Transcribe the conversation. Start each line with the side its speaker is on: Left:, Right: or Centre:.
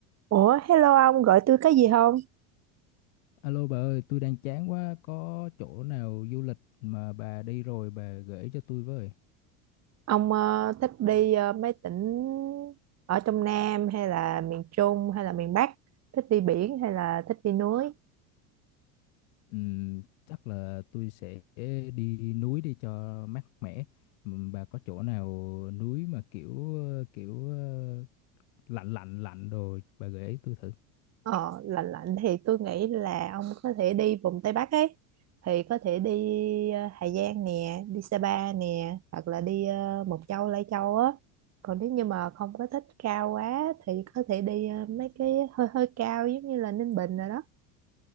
Right: Ủa, hello ông, gọi tôi có gì không?
Left: Alo bà ơi, tôi đang chán quá, có chỗ nào du lịch mà bà đi rồi bà gửi cho tôi với.
Right: Ông ờ, thích đi ờ, mấy tỉnh ở trong Nam hay là miền Trung hay là miền Bắc? Thích đi biển hay là thích đi núi?
Left: Ừm, chắc là tôi sẽ đi núi đi cho mát mẻ. Ừm, Bà có chỗ nào núi mà kiểu kiểu ờ, lạnh lạnh lạnh đồ bà gửi tôi thử.
Right: Ờ, lạnh lạnh thì tôi nghĩ là ông có thể đi vùng Tây Bắc ấy. Thì có thể đi ờ, Hà Giang nè, đi Sapa nè, hoặc là đi ờ, Mộc Châu, Lai Châu á. Còn nếu như mà không có thích cao quá thì có thể đi ờ, mấy cái hơi hơi cao giống như là Ninh Bình rồi đó.